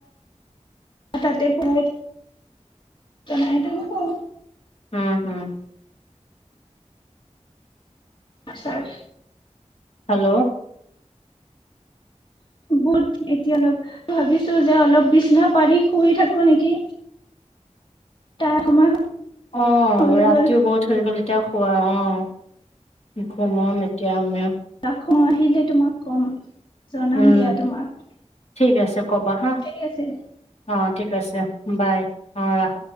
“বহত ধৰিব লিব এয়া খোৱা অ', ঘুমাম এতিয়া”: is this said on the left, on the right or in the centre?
Left